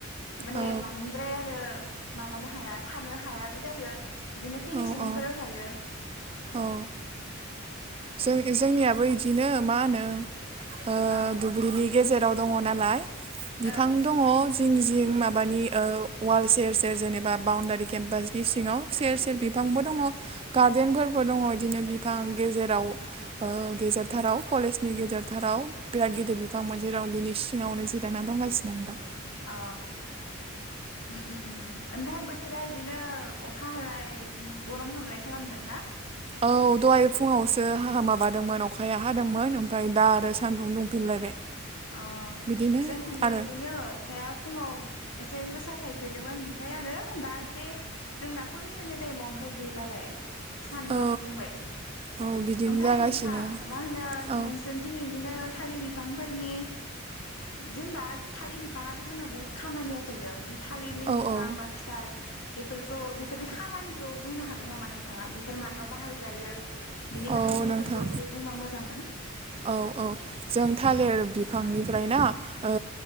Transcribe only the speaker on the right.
औ
औ औ
औ जों इ जोंनियाबो इदिनो मा होनो। ओ
दुब्लिनि गेजेराव दङ नालाय बिफां
दङ जिं जि- इं माबानि ओ वाल सेर सेर जेनेबा बाउडारि केम्पासनि सिङाव सेर सेर बिफांबो दङ गार्देनफोरबो दङ इदिनो बिफां दाउ। ओ गेजेरथाराव कलेजनि गेजेरथाराव बिराद गिदिर बिफां मोनसेे दं बिनि सिङावनो जिरायना दं। लायसिनो नोंथां।
औ दहाय फुङावसो। हाहा माबादोंमोन अखाया हादोंमोन ओमफाय दा आरो सानदुं दुंफिनलायबाय।
बिदिनो
आरो
औ
औ बिदिनो
जागासिनो
औ
औ
औ
औ
नोंथां
औ औ जों थालिर बिफांनिफ्राय ना ओ